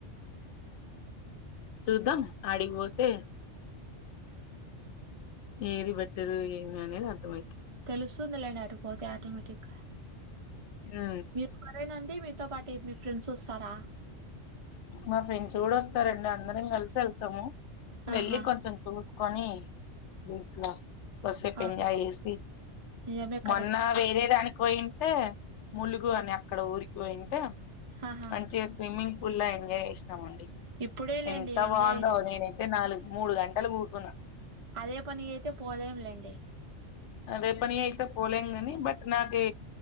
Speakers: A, on the left; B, on the right.
A: చూద్దాం అడికి పోతే ఏది బెట్టరు ఏమి అనేది అర్థమైతది
B: తెలుస్తుంది లెండి ఆడికి పోతే ఆటోమేటిక్ గా
A: హ
B: మీరు ఒక్కరేనా అండి మీతో పాటు మీ ఫ్రెండ్స్ వస్తారా
A: మా ఫ్రెండ్స్ కూడా వస్తారండి అందరం కలిసే వెళ్తాము
B: ఆహా
A: వెళ్లి కొంచెం చూసీ కొనీ బీచ్ లో కాసేపు
B: అవును
A: ఎంజాయ్ చేసి
B: నిజమే కరెక్ట్
A: మొన్న వేరే దానికి పోయింటే ములుగు అని అక్కడ ఊరికి పోయింటే
B: ఆహా
A: జె స్విమ్మింగ్ పూల్లొ ఎంజాయ్ చేసినం అండి
B: ఇప్పుడే లేండి
A: ఎంత
B: ఎంజాయ్
A: బాగుందో
B: చేసి
A: నేను నీ నాలుగు మూడు గంటలు కూర్చున్న
B: అదే పనిగా అయితే పోలేం లెండి
A: అదే పని అయితే ఏతే పోలేంగని బట్ నాకె